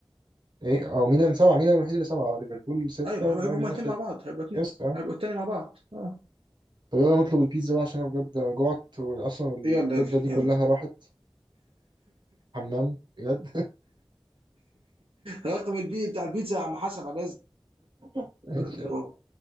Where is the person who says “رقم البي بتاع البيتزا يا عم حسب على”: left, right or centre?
Right